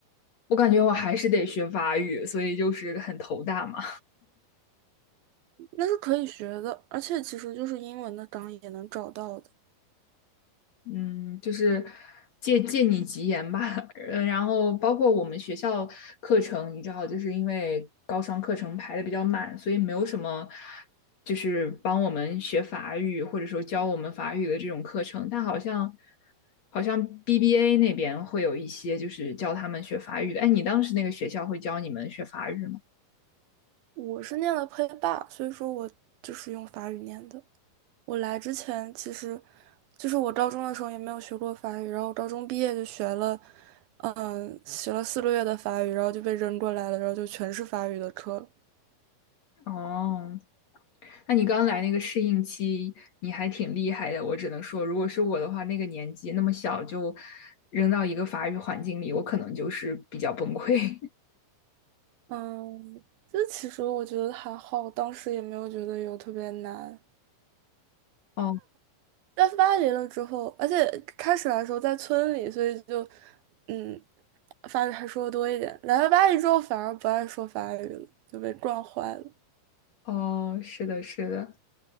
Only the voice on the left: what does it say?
我感觉我还是得学法语，所以就是很头大嘛。
嗯，就是借借你吉言吧。<laughs> 呃，然后包括我们学校课程，你知道，就是因为高商课程排的比较满，所以没有什么就是帮我们学法语或者说教我们法语的这种课程。但好像好像 BBA 那边会有一些就是教他们学法语的。哎，你当时那个学校会教你们学法语吗？
哦，那你刚来那个适应期，你还挺厉害的。我只能说，如果是我的话，那个年纪那么小就扔到一个法语环境里，我可能就是比较崩溃。
<laughs> 哦
哦，是的，是的，